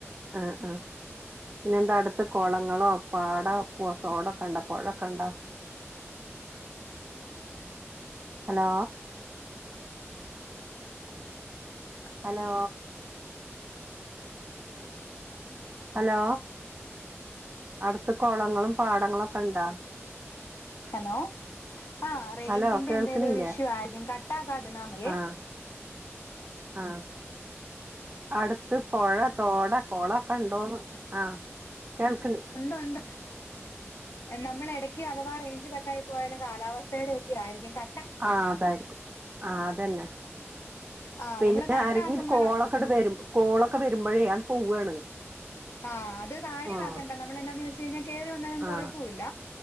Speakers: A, on the right (about 30°); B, on the left (about 75°).
A: ആഹ് ആഹ് പിന്നെ എന്താ അടുത്ത് കൊളങ്ങളോ, പാടോ, പൊ തോടൊക്കെണ്ടോ പുഴൊക്കെണ്ടോ? ഹലോ
B: <inaudible>
A: ഹലോ ഹലോ അടുത്ത് കൊളങ്ങളും പാടങ്ങളും ഒക്കെ ഉണ്ടോ?
B: ഹലോ ആ റേഞ്ചിന്റെ
A: ഹലോ കേൾക്കണില്ലേ
B: എന്തേലും ഒരു ഇഷ്യൂ ആയിരിക്കും കട്ടാക്കാതിരുന്നാൽ മതിയേ.
A: ആഹ് ആഹ് അടുത്ത് പൊഴ തോട് കൊളം കണ്ടോ ആഹ് കേൾക്കുന്നി
B: ഉണ്ട് ഉണ്ട് നമ്മള് എടക്ക് അഥവാ റേഞ്ച് കട്ടായി പോയാലും കാലാവസ്ഥയുടെ ഒക്കെ ആയിരിക്കും ക
A: ആഹ് അതായിരിക്കും ആഹ് അതന്നെ.
B: ആഹ്
A: പിന്നെ
B: നമ്മള് കട്ടാക്കുമ്പോഴാ
A: ആരെങ്കിലും കോളൊക്കെണ്ട് വരും കോളൊക്കെ വരുമ്പോഴേ അത് പോവാണ്.
B: ആഹ് അത് കാര്യവാക്കണ്ട
A: ആഹ്
B: നമ്മൾ എന്താന്ന് വെച്ച് കഴിഞ്ഞാൽ കേറി വന്നാലും
A: ആഹ്
B: കൊഴപ്പമില്ല.